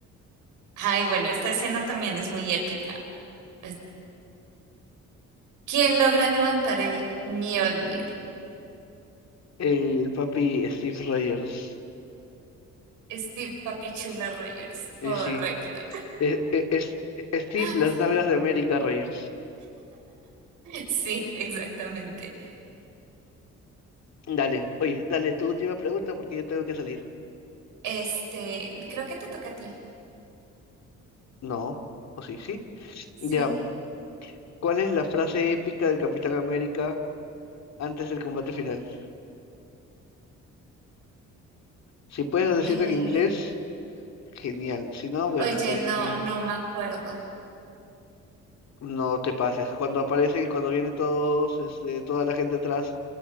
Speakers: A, on the right (about 85°); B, on the left (about 60°).
A: ay, bueno, esta escena también es muy épica. Es- ¿Quién logra levantar el Mjolnir?
B: El papi Steve Rogers.
A: Steve Papichula Rogers, correcto.
B: Y sí, Eh, eh, es- Steve,
A: <laughs>
B: las nalgas de América, Roger.
A: Sí, exactamente.
B: Dale, oye, dale tu última pregunta porque yo tengo que salir.
A: Este, creo que te toca a ti.
B: No, o sí, sí.
A: Sí.
B: Ya, ¿cuál es la frase épica del Capitán América antes del combate final? Si puedes decirlo
A: Eh,
B: en inglés, genial. Si no, bueno,
A: oye,
B: español
A: no,
B: te lo-
A: no me acuerdo.
B: no te pases. Cuando aparece y cuando viene todos, este, toda la gente atrás,